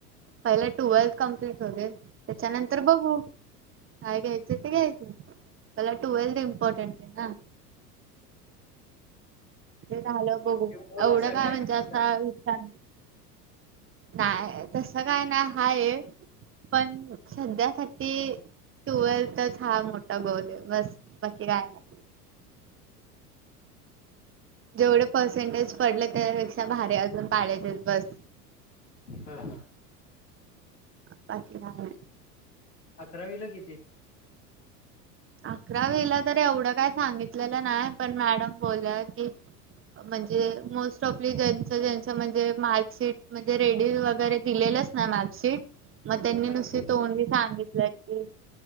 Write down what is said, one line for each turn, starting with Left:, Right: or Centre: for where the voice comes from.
Right: पहिला टुवेल्थ कंपललीट होऊदेत त्याच्या नंतर बघू, कायय घ्याचय ते घायच, पाहिला टूयलत इम्पॉर्टन्ट आहे ना. ते झालं बघू
Left: बोल
Right: एवढं
Left: असं
Right: काय म्हणजे
Left: नाही
Right: असा विचार नाही तस काय नाही हाय पण सध्यासाठी ती टुवेल्थच हा मोठा गौल आहे, बस बाकी काय नाही. जेवढे पर्सेंटेज पडले त्यापेक्षा भारी अजून पाडायचेत बस.
Left: हा हा
Right: अ बाकी कत न्हाय.
Left: अकरावीला किती?
Right: अकरावीला तर एवढं काय सांगितलेलं नाही पण मॅडम बोल की, म्हणजे मोस्ट ऑफली ज्यांच ज्यांच म्हणजे मार्कशीट म्हणजे रेडी वगैरे दिले. दिल ना मागशीट? मग त्यांनी
Left: आहेत?
Right: नुसती तोंडी सांगितलं की